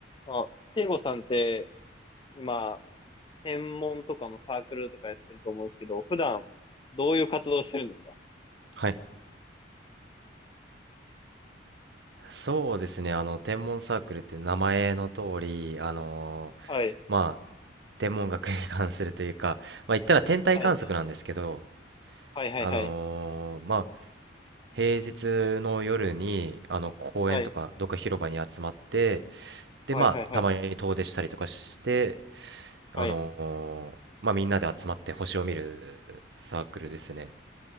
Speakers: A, on the left; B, on the right.
A: あ、慶吾さんって今、専門とかもサークルとかやってると思うんですけど、普段どういう活動してるんですか
B: はい、そうですね、あの天文サークルっていう名前の通り、あの
A: はい。
B: まあ天文学に <laughs> 関するというか、まあ言ったら天体観測なんですけど、
A: はい。はいはいはい。
B: あのまあ平日の夜にあの公園とかどっか広場に集まって、
A: はい。
B: でまあたまに遠出したりとかして、
A: はいはいはい。はい。
B: あのまあみんなで集まって星を見るサークルですね。